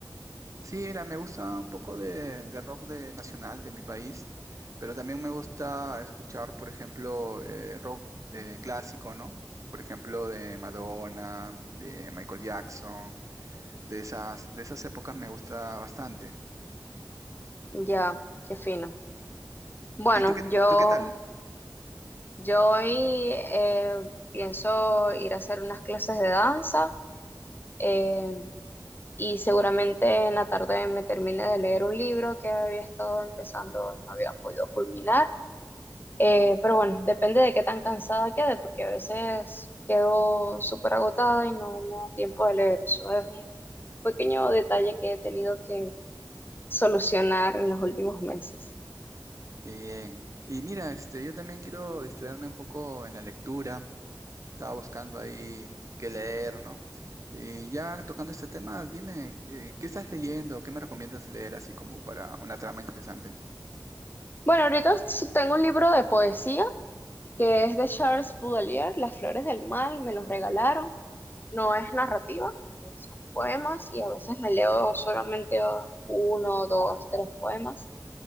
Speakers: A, on the right; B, on the left.
A: Sí, mira, me gusta un poco de, de rock de nacional de mi país, pero también me gusta escuchar, por ejemplo, eh, rock eh, clásico, ¿no? Por ejemplo, de Madonna, de Michael Jackson, de esas, de esas épocas me gusta bastante.
B: Ya, qué fino. Bueno,
A: ¿Y tú qué,
B: yo,
A: y tú qué tal?
B: yo hoy eh, pienso ir a hacer unas clases de danza eh, y seguramente en la tarde me termine de leer un libro que había estado empezando y no había podido culminar. Eh, pero bueno, depende de qué tan cansada quede, porque a veces quedo súper agotada y no me da tiempo de leer. Eso es un pequeño detalle que he tenido que solucionar en los últimos meses.
A: Bien, bien. Y mira, este, yo también quiero distraerme un poco en la lectura. Estaba buscando ahí qué leer, ¿no? Y ya tocando este tema, dime, eh, ¿qué estás leyendo? ¿Qué me recomiendas leer así como para una trama interesante?
B: Bueno, ahorita s- tengo un libro de poesía que es de Charles Baudelaire, Las flores del mal, me los regalaron. No es narrativa, son poemas y a veces me leo solamente uno, dos, tres poemas.